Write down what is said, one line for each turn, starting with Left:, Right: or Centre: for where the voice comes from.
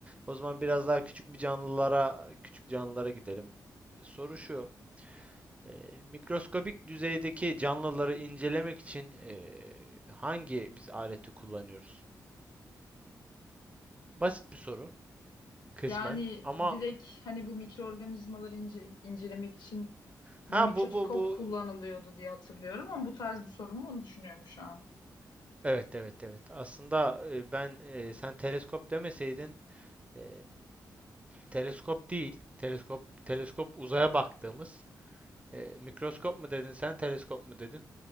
Right: o zaman biraz daha küçük bir canlılara küçük canlılara gidelim. Soru şu. e, mikroskobik düzeydeki canlıları incelemek için e, hangi biz aleti kullanıyoruz? Basit bir soru kısmen.
Left: Yani
Right: Ama
Left: direkt hani bu mikroorganizmaları ince, incelemek için
Right: Ha
Left: mikroskop
Right: bu bu bu
Left: kullanılıyordu diye hatırlıyorum ama bu tarz bir sorun mu onu düşünüyorum şu an.
Right: evet evet evet. Aslında e, ben e, sen teleskop demeseydin e, teleskop değil. Teleskop teleskop uzaya baktığımız. E, mikroskop mu dedin sen teleskop mu dedin?